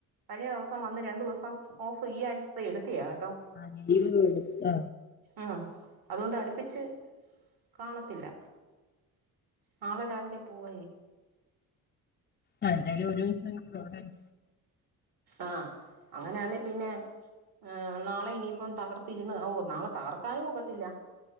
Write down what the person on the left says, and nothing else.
ആഹ് ലീവ് എടുത്തെ
ആഹ് എന്തായാലും ഒരു ദിവസം വീട്ടിലൊണ്ടല്ലോ